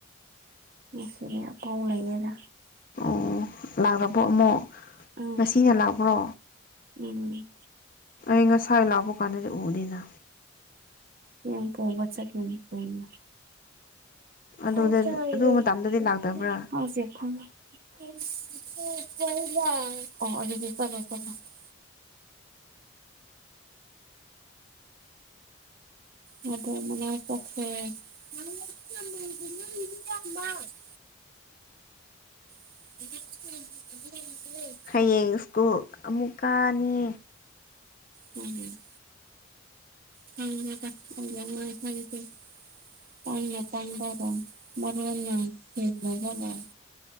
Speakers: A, on the right; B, on the left.
A: ꯉꯁꯤꯗꯤ ꯑꯄꯥꯎ ꯂꯩꯌꯦꯗ
B: ꯑꯣ ꯂꯥꯛꯔꯕꯣ ꯑꯃꯨꯛ
A: ꯎꯝ
B: ꯉꯁꯤ ꯍꯜꯂꯛꯄ꯭ꯔꯣ
A: ꯎꯝ
B: ꯑꯩ ꯉꯁꯥꯏ ꯂꯥꯛꯄ ꯀꯥꯟꯗꯗꯤ ꯎꯗꯦꯅ
A: <unintelligible> ꯆꯠꯀꯅꯤ ꯀꯩꯅꯣ <unintelligible>
B: ꯑꯗꯨꯗ ꯑꯗꯨ ꯃꯇꯝꯗꯗꯤ ꯂꯥꯛꯇꯕ꯭ꯔꯥ
A: <unintelligible> ꯃꯕꯣꯛ ꯃꯅꯥꯛ ꯆꯠꯈꯔꯦ <unintelligible> <unintelligible>
B: ꯍꯌꯦꯡ ꯁ꯭ꯀꯨꯜ ꯑꯃꯨꯛ ꯀꯥꯅꯤ
A: ꯃꯥꯅꯦ ꯈꯪꯗꯦꯗ ꯑꯩ ꯒꯤ ꯑꯉꯥꯡ ꯑꯍꯟꯁꯦ ꯄꯪꯅ ꯄꯪꯕꯒ ꯃꯔꯣꯟꯅ ꯁꯦꯡꯗꯕꯒꯥ